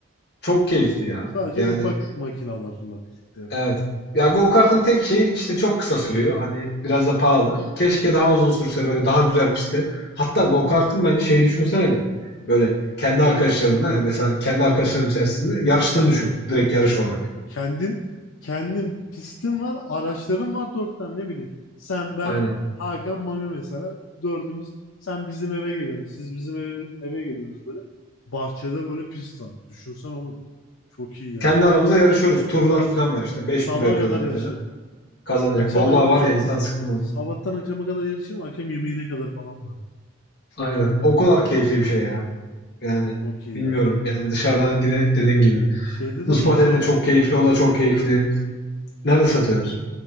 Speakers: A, on the left; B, on the left.
A: Çok keyifli ya.
B: Sadece
A: Yani
B: ufak makinalarla birlikte yapıyor.
A: evet. Ya go kartın tek şeyi işte çok kısa sürüyor. Hani biraz da pahalı. Keşke daha uzun sürse böyle daha güzel pistte. Hatta go kartın bence şeyi düşünsene bir. Böyle kendi arkadaşlarınla yani mesela kendi arkadaşların içerisinde yarıştığını düşün. Direkt yarış olarak.
B: Kendin kendin pistin var, araçların var dört tane ne bileyim. Sen ben,
A: Aynen.
B: Hakan, Mami mesela dördümüz sen bizim eve geliyorsun. Siz bizim eve, eve geliyorsunuz böyle. Bahçede böyle pist var. Düşünsen oğlum. Çok iyi ya.
A: Kendi aramızda yarışıyoruz. Turlar
B: Ben
A: falan var işte. beş
B: sabaha
A: tur yapıyoruz
B: kadar
A: mesela.
B: yarışırım.
A: Kazanacak.
B: Akşama
A: Vallahi
B: kadar
A: var
B: sab
A: ya insan sıkılmadı.
B: sabahtan akşama kadar yarışırım. Akşam yemeğine kadar falan böyle. Çok
A: Aynen.
B: iyi olur
A: O kadar
B: bu.
A: keyifli bir şey ya. Yani
B: Çok iyi
A: bilmiyorum.
B: ya.
A: Yani dışarıdan yine dediğim gibi.
B: Şeyde
A: Ispartel'in
B: de satıyorlar.
A: de çok keyifli. O da çok keyifli. Nerede satıyoruz?